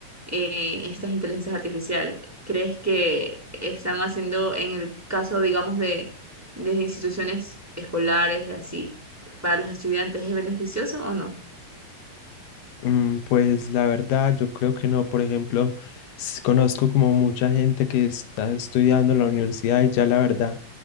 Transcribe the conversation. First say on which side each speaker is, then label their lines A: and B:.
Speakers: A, in the centre; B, on the left.
A: eh, estas inteligencias artificiales? ¿Crees que están haciendo en el caso, digamos, de de instituciones escolares y así para los estudiantes es beneficioso o no?
B: Mm, pues la verdad, yo creo que no. Por ejemplo, s- conozco como mucha gente que está estudiando en la universidad y ya la verdad,